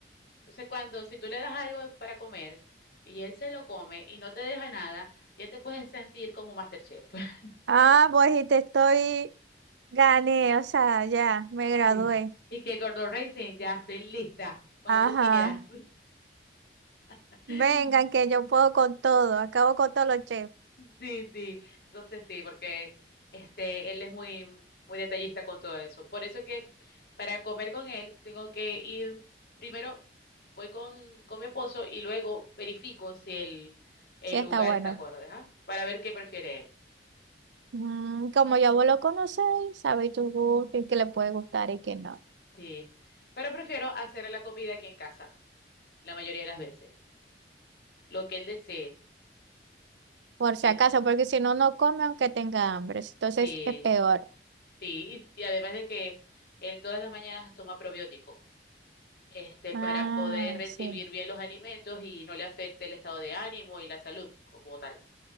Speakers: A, on the left; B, on the right.
A: Entonces, cuando, si tú le das algo para comer y él se lo come y no te deja nada, ya te puedes sentir como MasterChef. <laughs>
B: Ah, pues y te estoy, gané, o sea, ya, me gradué.
A: Sí. Y que Gordon Ramsay, ya estoy lista, cuando
B: Ajá.
A: tú quieras. <laughs>
B: Vengan, que yo puedo con todo, acabo con todos los chefs.
A: Sí, sí, entonces sí, porque este, él es muy, muy detallista con todo eso. Por eso es que para comer con él tengo que ir, primero voy con, con mi esposo y luego verifico si el, el
B: Sí, está
A: lugar
B: bueno.
A: está acorde, ¿ah? Para ver qué prefiere él.
B: Mm, como ya vos lo conocéis, sabéis tu gusto y qué le puede gustar y qué no.
A: Sí, pero prefiero hacer la comida aquí en casa, la mayoría de las veces, lo que él desee,
B: Por
A: lo
B: si
A: que
B: acaso,
A: él,
B: porque si no, no come aunque tenga hambre. Entonces
A: sí,
B: es peor.
A: sí, y, y además de que él todas las mañanas toma probiótico. este, para
B: Ah,
A: poder recibir
B: sí.
A: bien los alimentos y no le afecte el estado de ánimo y la salud como tal.